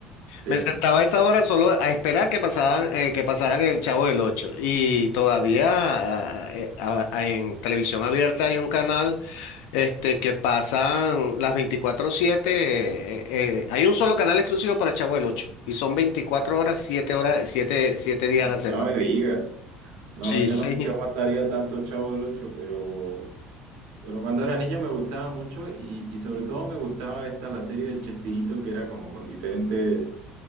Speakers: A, on the right; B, on the left.
A: Sí,
B: Me sentaba a esa hora solo a esperar que pasaban, eh, que pasaran el Chavo del Ocho. Y todavía ah, eh, ah, en televisión abierta hay un canal. Este, que pasan las veinticuatro siete eh, eh, hay un solo canal exclusivo para el Chavo del ocho y son 24 horas, 7 horas, siete siete días a la semana.
A: no me digas. No,
B: Sí,
A: yo
B: señor.
A: no sé si aguantaría tanto Chavo del Ocho, pero, pero cuando era niño me gustaba mucho y, y sobre todo me gustaba esta, la serie de Chespirito, que era como con diferentes